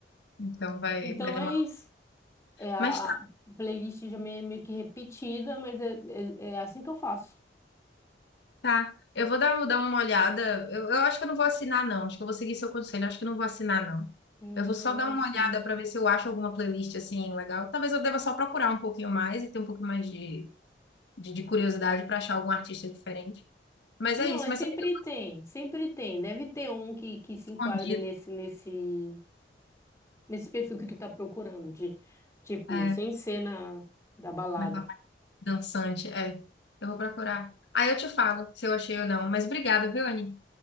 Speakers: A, on the left; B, on the left.
A: Então vai,
B: Então
A: vai demorar.
B: é isso. É a
A: Mas tá,
B: playlist já meio, meio que repetida, mas é, é, é assim que eu faço.
A: tá. Eu vou dar, dar uma olhada. Eu, eu acho que eu não vou assinar, não. Acho que eu vou seguir seu conselho. Eu acho que eu não vou assinar, não.
B: Não,
A: Eu vou só dar
B: não
A: uma
B: é assim.
A: olhada pra ver se eu acho alguma playlist assim legal. Talvez eu deva só procurar um pouquinho mais e ter um pouco mais de de, de curiosidade para achar algum artista diferente. Mas
B: Não,
A: é isso,
B: mas
A: mas
B: sempre
A: você me deu
B: tem, sempre tem. Deve ter um que, que se
A: escondido.
B: enquadre nesse, nesse, nesse perfil que tu tá procurando, de tipo,
A: É,
B: sem cena da balada.
A: naquela parte dançante. É, eu vou procurar. Aí eu te falo se eu achei ou não. Mas obrigada, viu, Anny?